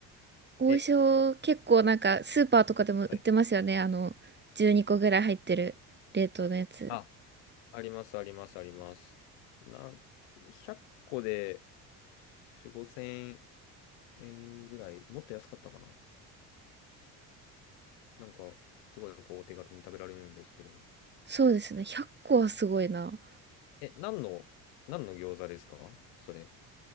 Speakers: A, on the right; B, on the left.
A: 王将結構なんかスーパーとかでも売ってますよね。
B: え、はい。
A: あの、12個ぐらい入ってる冷凍のやつ。
B: ああります、あります、あります。なん、100個で4、5000円ぐらい、もっと安かったかな。なんか、すごいこうお手軽に食べられるんですけど。
A: そうですね。100個はすごいな。
B: え、何の、何の餃子ですかそれ。